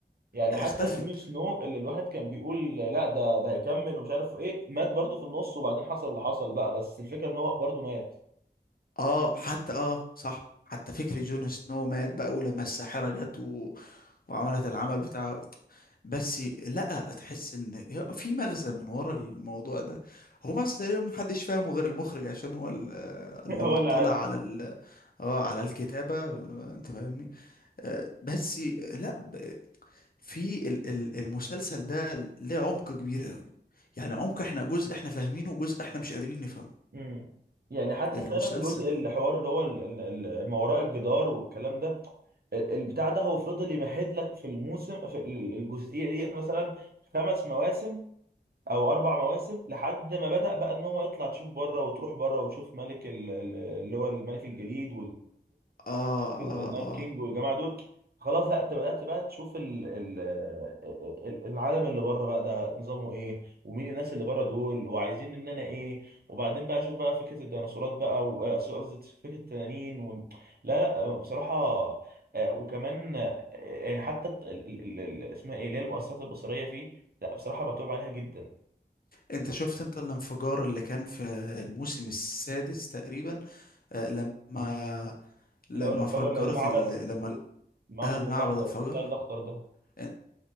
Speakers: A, on the right; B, on the left.
A: يعني
B: اختفت
A: حتى جون سنو اللي الواحد كان بيقول لا ده ده هيكمل ومش عارف ايه مات برضه في النص وبعدين حصل اللي حصل بقى بس الفكره ان هو برضه مات
B: اه حتى اه صح حتى فكرة جون سنو مات بقى ولما الساحرة جت و... وعملت العمل بتاعه بس لا تحس ان في مغزى من ورا الموضوع ده هو مغزى تقريبا محدش فاهمه غير المخرج عشان هو ال-
A: <laughs>
B: اللي
A: هو
B: مطلع
A: اللي عارف
B: على ال... اه على الكتابة آه، انت فاهمني آه، بس لا في ال- ال- المسلسل ده ليه عمق كبير قوي يعني عمق احنا جزء احنا فاهمينه وجزء احنا مش قادرين نفهمه
A: امم يعني حتى
B: المسلسل
A: فعلا جزء الحوار اللي هو ال- ال- ال- ما وراء الجدار والكلام ده ال- البتاع ده هو فضل يمهد لك في الموسم في ال- الجزئيه ديت مثلا خمس مواسم او اربع مواسم لحد ما بدأ بقى ان هو يطلع تشوف بره وتروح بره وتشوف ملك ال- ال- اللي هو الملك الجليد
B: اه اه
A: النايت
B: اه
A: كينج والجماعه دول خلاص لا انت بدات بقى تشوف ال ال ال- العالم اللي بره بقى ده نظامه ايه ومين الناس اللي بره دول وعايزين مننا ايه وبعدين بقى اشوف بقى فكره الديناصورات بقى و- قصدي قصدي فكره التنانين و... لا لا بصراحه آه، وكمان آه، يعني حتى الت- ال- ال- ال- ال- اسمها ايه اللي هي المؤثرات البصريه فيه لا بصراحه بتوب عليها جدا
B: انت شفت انت الانفجار اللي كان في الموسم السادس تقريبا آه لما لما
A: اللي هو الانفجار
B: فجرت
A: المعبد
B: ال... لما ال-
A: المعبد
B: آه المعبد
A: الاخضر
B: انفجر
A: بتاع الاخضر ده
B: ان-